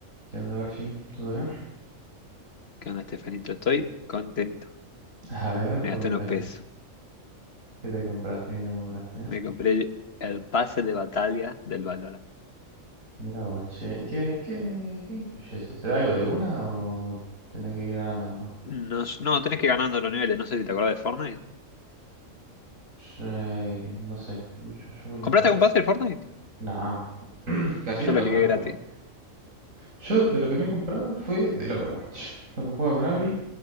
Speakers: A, on the right; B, on the left.
A: ¿Qué onda, Garchi? ¿Todo bien?
B: ¿Qué onda, Estefanito? Estoy contento.
A: A ver,
B: Me
A: ¿por
B: gasté
A: qué
B: unos
A: te,
B: pesos.
A: qué te compraste? ¿Qué te compraste?
B: Me compré el el pase de batalla del Valorant.
A: Mira vos, che. ¿Y qué, qué, qué incluye eso? ¿Te da algo de una o tenés que ir ganando nomás?
B: No, s- no, tenés que ir ganando los niveles. No sé si te acordás del Fortnite.
A: Eh, no sé, mucho yo no
B: ¿Compraste
A: juego.
B: algún pase del Fortnite?
A: No, <clears throat> <coughs> casi
B: Yo
A: nunca
B: lo ligué
A: juego
B: gratis.
A: al Fortnite. Yo de lo que me he comprado fue del Overwatch. Cuando jugaba con Abby,